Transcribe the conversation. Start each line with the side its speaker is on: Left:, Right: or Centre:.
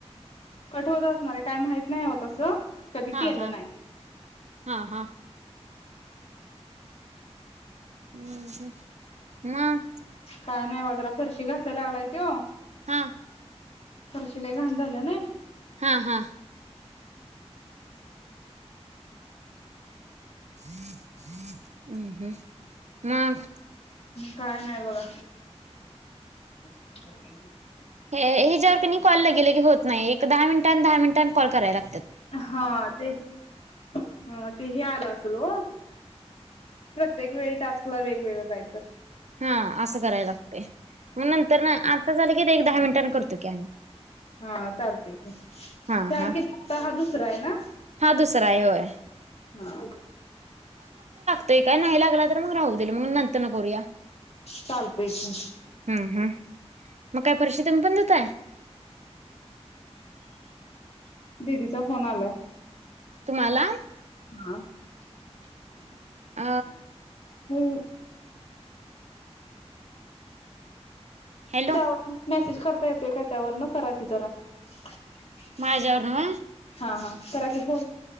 Left: कठोत असणारे काय माहित नाही आहो तसं. कधी
Right: हा
Left: केलं
Right: हा
Left: नाही.
Right: हा हा. हम् हम् म.
Left: काय नाही ओ जरा फरशी घासायला लागलाय तो.
Right: हा
Left: फरशि लई घाण झालीया नाही.
Right: हा हा. <inaudible> हम् हम् मग.
Left: काय नाही बघा. <unintelligible>
Right: हेज्यावर कणी कॉल लगे- लगे होत नाही. दहा मिनटान दहा मिनटान कॉल कराला
Left: हा ते ह ते हे आलं आसल वो. प्रत्येक वेळी टास्कला वेगवेगळं कायतर.
Right: हा असं कराय लागतय. नंतर न आता झाल दहा मिनटान करतो की आणि.
Left: हा चालतय की.
Right: हा
Left: चार
Right: हा
Left: की फक्त हा दुसरा आहे ना?
Right: हा दुसरा आहे होय.
Left: हा.
Right: ते काय नाही लागला तर मग राहूदेल मग नंतर न करूया.
Left: चालतय की.
Right: हम्म हम्म मग काय. फरशी तुम्ही पण धुताय?
Left: दिदीचा फोन आलाय.
Right: तुम्हाला?
Left: हां. <unintelligible>
Right: अ
Left: हम्
Right: हॅलो
Left: त्या वरण मॅसेज करता येतोय काय त्यावरन? करा की जरा. <inaudible>
Right: माझ्या वरण होय?
Left: हा. हा करा की फोन.